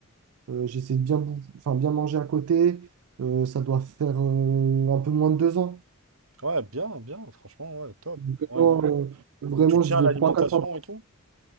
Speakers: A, on the right; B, on the right.
A: euh, euh, j'essaie de bien, bou- enfin, bien manger à côté. Euh, ça doit faire euh, un peu moins de deux ans.
B: Ouais, bien, bien, franchement, ouais, top.
A: Vraiment,
B: Ouais, ouais.
A: euh, vraiment,
B: Et tu tiens
A: j'y vais
B: à l'alimentation
A: trois, quatre fois.
B: et tout?